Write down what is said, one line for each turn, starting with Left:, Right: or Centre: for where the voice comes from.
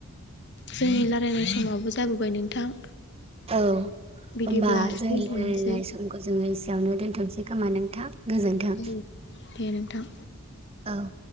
Left: जोंनि लारायनाय समाबो जाबोबाय नोंथां
Right: औ होमबा
Left: बिदिब्ला
Right: जों
Left: दोनथ'नोसै
Right: रायलायनाय समखौ जोङो एसेयावनो दोन्थ'नोसै खोमा नोंथां गोजोन्थों
Left: औ दे नोंथां
Right: औ